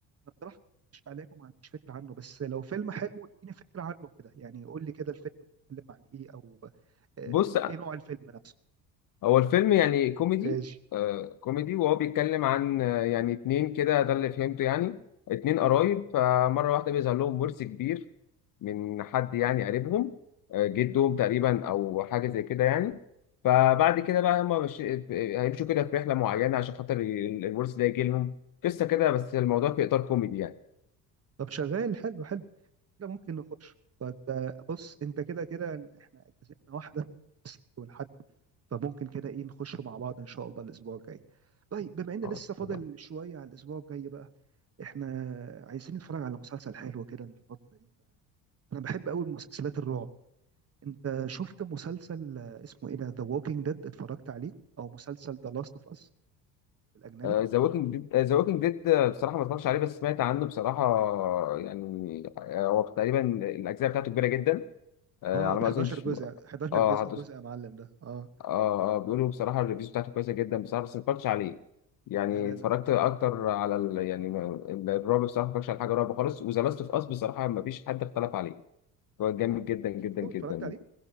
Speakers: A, on the right (about 30°); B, on the left (about 40°).
A: اقترح مش عليك وما عنديش فكره عنه بس لو فيلم حلو اديني فكره عنه كده يعني قول لي كده الفيلم بيتكلم عن ايه او آه،
B: بص
A: ايه نوع الفيلم نفسه
B: هو الفيلم يعني كوميدي
A: ماشي
B: آه كوميدي وهو بيتكلم عن آه يعني اتنين كده ده اللي فهمته يعني اتنين قرايب فمرة واحدة بيظهر لهم ورث كبير من حد يعني قريبهم آه جدهم تقريبا أو حاجة زي كده يعني فبعد كده بقى هما مش هيمشوا كده في رحلة معينة عشان خاطر ال- الورث ده يجي لهم قصة كده بس الموضوع في إطار كوميدي يعني
A: طب شغال حلو حلو كده ممكن نخش طب آه، بص انت كده كده احنا اجازتنا واحده بس، ولحد فممكن كده ايه نخش مع بعض ان شاء الله الاسبوع الجاي طيب بما ان
B: اه
A: لسه فاضل
B: طبعا
A: شويه على الاسبوع الجاي بقى احنا عايزين نتفرج على مسلسل حلو كده الفتره دي انا بحب قوي مسلسلات الرعب انت شفت مسلسل آه، اسمه ايه ده ذا ووكينج ديد اتفرجت عليه او مسلسل ذا لاست اوف اس الاجنبي
B: ذا ووكينج ديد ذا ووكينج ديد بصراحة ما اتفرجتش عليه بس سمعت عنه بصراحة يعني آه، هو تقريبا الأجزاء بتاعته كبيرة جدا آه
A: اه
B: على
A: ده
B: ما
A: 11
B: اظنش
A: جزء 11
B: اه
A: جزء
B: هدوس
A: جزء يا معلم ده اه
B: اه اه بيقولوا بصراحه الريفيوز بتاعته كويسه جدا بصراحه بس ما اتفرجتش عليه يعني
A: لا لا
B: اتفرجت
A: لا
B: اكتر على ال... يعني ما- ال- الرعب بصراحه ما اتفرجتش على حاجه رعب خالص وذا لاست اوف اس بصراحه ما فيش حد اختلف عليه هو جامد جدا جدا
A: شفته
B: جدا
A: اتفرجت عليه